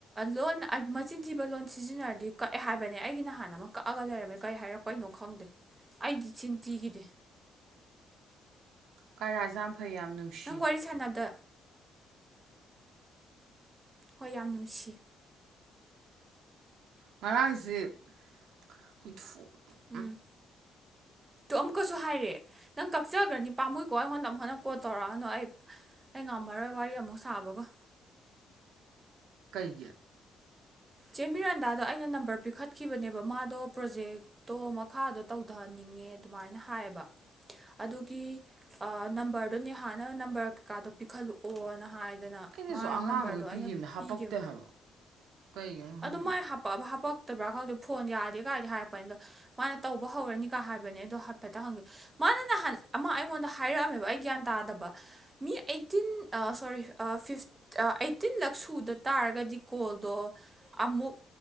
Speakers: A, on the right; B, on the right.
A: ꯂꯣꯟ ꯃꯆꯤꯟ ꯊꯤꯕ ꯂꯣꯟ ꯁꯤꯖꯤꯟꯅꯔꯗꯤ ꯀꯛꯑꯦ ꯍꯥꯏꯕꯅꯦ ꯑꯩꯒꯤ ꯅꯍꯥꯟ ꯑꯃ ꯀꯛꯑꯒ ꯂꯩꯔꯝꯃꯦ ꯀꯩ ꯍꯥꯏꯔꯛ- ꯄꯩꯅꯣ ꯈꯪꯗꯦ ꯑꯩꯗꯤ ꯆꯤꯟꯊꯤꯈꯤꯗꯦ
B: ꯀꯥꯔꯌꯥꯁꯦ ꯌꯥꯝ ꯐꯩ ꯌꯥꯝ ꯅꯨꯡꯁꯤ
A: ꯅꯪ ꯋꯥꯔꯤ ꯁꯥꯟꯅꯕꯗ ꯍꯣꯏ ꯌꯥꯝ ꯅꯨꯡꯁꯤ
B: ꯉꯔꯥꯡꯁꯤ <unintelligible>
A: ꯎꯝ ꯇꯣ ꯑꯃꯨꯛꯀꯁꯨ ꯍꯥꯏꯔꯦ ꯅꯪ ꯀꯛꯆꯒ꯭ꯔꯅꯤ ꯄꯥꯝꯃꯨꯏꯀꯣ ꯑꯩꯉꯣꯟꯗ ꯑꯃꯨꯛ ꯍꯟꯅ ꯀꯣꯜ ꯇꯧꯔꯛꯑꯅꯨ ꯑꯩ ꯑꯩ ꯉꯝꯃꯔꯣꯏ ꯋꯥꯔꯤ ꯑꯃꯨꯛ ꯁꯥꯕꯒ
B: ꯀꯩꯒꯤ
A: ꯆꯦ ꯃꯤꯔꯟꯗꯥꯗꯣ ꯑꯩꯅ ꯅꯝꯕꯔ ꯄꯤꯈꯠꯈꯤꯕꯅꯦꯕ ꯃꯥꯗꯣ ꯄ꯭ꯔꯣꯖꯦꯛ ꯇꯣ ꯃꯈꯥꯗꯣ ꯇꯧꯗꯅꯤꯡꯉꯦ ꯑꯗꯨꯃꯥꯏꯅ ꯍꯥꯏꯌꯦꯕ ꯑꯗꯨꯒꯤ ꯑ ꯅꯝꯕꯔꯗꯨ ꯅꯤꯍꯥꯅ ꯅꯝꯕꯔ ꯀꯩꯀꯥꯗꯣ ꯄꯤꯈꯠꯂꯛꯑꯣꯅ ꯍꯥꯏꯗꯅ
B: ꯑꯩꯅꯁꯨ
A: ꯃꯥꯥꯏ
B: ꯑꯉꯥꯡ
A: ꯅꯝꯕꯔꯗꯣ
B: ꯑꯣꯏ ꯄꯤꯈꯤꯕꯅꯦ
A: ꯑꯩꯅ
B: ꯍꯥꯄꯛꯇꯦ
A: ꯄꯤꯒꯤꯝ
B: ꯍꯥꯏꯕ ꯀꯩꯒꯤꯅꯣ ꯈꯪꯗꯦ
A: ꯑꯗꯣ ꯃꯥꯏ ꯍꯥꯛꯄꯛꯑꯕ ꯍꯥꯞꯄꯛꯇꯕ꯭ꯔꯥ ꯈꯪꯗꯦ ꯐꯣꯟ ꯌꯥꯗꯦ ꯒꯥꯏꯗꯤ ꯍꯥꯏꯔꯛꯄꯅꯤ ꯑꯗꯣ ꯃꯥꯅ ꯇꯧꯕ ꯍꯧꯔꯅꯤꯀꯥ ꯍꯥꯏꯕꯅꯦ ꯑꯗꯣ ꯍꯥꯏꯐꯦꯠꯇ ꯍꯪꯒꯦ ꯃꯥꯅ ꯅꯍꯥꯟ ꯑꯃ ꯑꯩꯉꯣꯟꯗ ꯍꯥꯏꯔꯛꯑꯝꯃꯦꯕ ꯑꯩ ꯒ꯭ꯌꯥꯟ ꯇꯥꯗꯕ ꯃꯤ ꯑꯩꯠꯇꯤꯟ ꯑ ꯁꯣꯔꯤ ꯐꯤꯐ ꯑꯩꯠꯇꯤꯟ ꯂꯛ ꯁꯨꯗ ꯇꯥꯔꯒꯗꯤ ꯀꯣꯜꯗꯣ ꯑꯃꯨꯛ